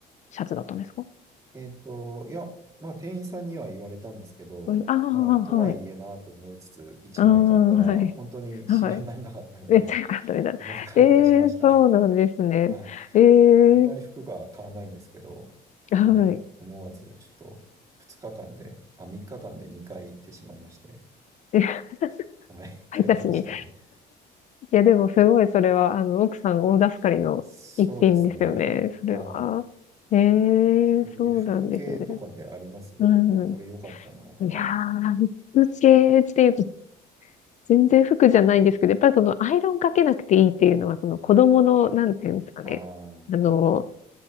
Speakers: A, on the left (about 45°); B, on the right (about 20°).
A: シャツだったんですか
B: えっと、いや、まあ、店員さんには言われたんですけど、
A: ああー、
B: まあ、とはいえなと思いつつ、
A: はい。
B: 1枚買ったら、
A: ああ、はい。
B: 本当にシワにならなかったので、
A: はい。<laughs> めっちゃ良かったみたいな。
B: <laughs> あの、買い足しました。
A: ええそうなんですね。
B: <laughs> はい。
A: ええ
B: あんまり服が買わないんですけど、
A: はい。
B: はい。思わず、ちょっと、2日間で、あ、3日間で2回行ってしまいまして、
A: え、<laughs>
B: はい、<laughs> 買いましたね。
A: 配達に。<laughs> いや、でもすごいそれは、あの、奥さん大助かりの一品ですよね、
B: そうですね。
A: それは。
B: はい。
A: ええそうなんですね。
B: そういう服系とかでありますあ、
A: う
B: これ良かったなとか。
A: ん。いやー、服系っていうと、全然服じゃないんですけど、やっぱりそのアイロンかけなくていいっていうのは、その子供の、なんていうんですかね。
B: ああ、
A: あの、